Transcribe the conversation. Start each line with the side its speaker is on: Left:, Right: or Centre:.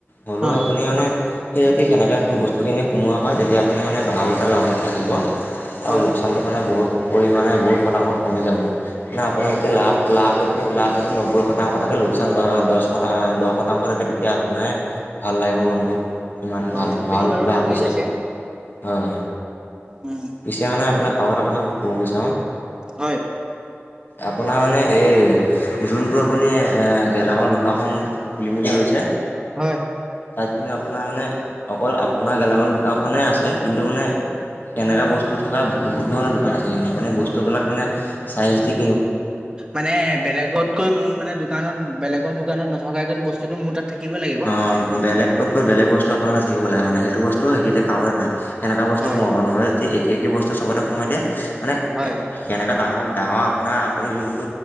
Left: হ'লো
Right: হয়।
Left: আপুনি মানে সেই যদি সেনেকে বস্তুখিনি সোমোৱা হয়, তেতিয়া আপুনি মানে ভাল এটা লাভত থাকিব আৰু
Right: হয়।
Left: লোকচানটো মানে বহুত পৰিমাণে বহুত শতাংশ কমি যাব মানে আপোনাৰ
Right: হয়,
Left: যেতিয়া লাভ লাভ যদি লাভ যদি নব্বৈ শতাংশ থাকে লোকচান দচ দহ শতাংশ থাকে, তেতিয়া আপোনাৰ ভাল লাগিব মনটো ইমান
Right: হয়,
Left: ভাল-
Right: আপুনি
Left: ভাল
Right: বাৰু
Left: লাভ
Right: ঠিকেই
Left: হৈছে
Right: কৈছে,
Left: অহ।
Right: উম,
Left: পিছে মানে আপোনাক আৰু এটা কথা ক'ব <unintelligible>
Right: হয়।
Left: আপোনাৰ মানে এই যোনটো আপুনি গেলাম অসম খুলিমুলি হৈছে।
Right: হয়।
Left: তাত কিন্তু আপোনাৰ মানে অকল আপোনাৰ গেলামাল দোকানখনেই আছে, কিন্তু মানে তেনেকা বস্তু থকা বহুত ধৰণৰ দোকান আছে কিন্তু আপুনি বস্তুবিলাক মানে চাইজিক
Right: মানে বেলেগত কৈ মোৰ মানে দোকানত বেলেগৰ দোকানত নথকাকে বস্তুটো মোৰ তাত থাকিব লাগিব।
Left: অহ, বেলেগ কতকৈ বেলেগ বস্তু আপোনাৰ এটা থাকিব লাগে মানে, সেইটো বস্তু হিতে কাৱৈ কাই সেনেকা বস্তু
Right: হয়।
Left: সোমাব নহয় যদি একে- একে বস্তু চবতে সোমাই দিয়া মানে
Right: হয়,
Left: কেনেকা ডাঙৰ ডাঙৰ আপোনাৰ আপুনি যোনটো